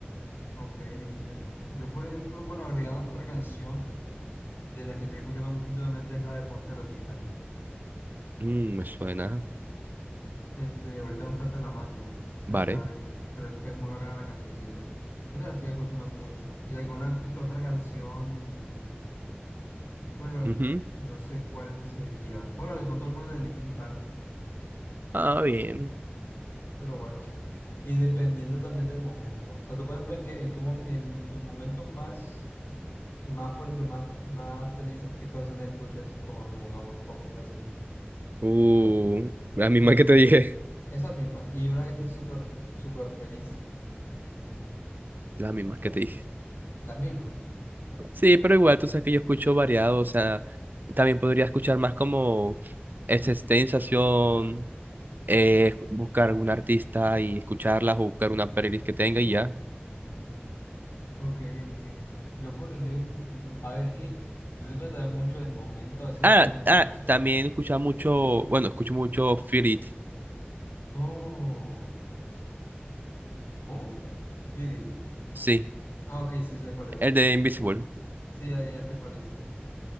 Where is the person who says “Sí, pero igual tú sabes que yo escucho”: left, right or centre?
Right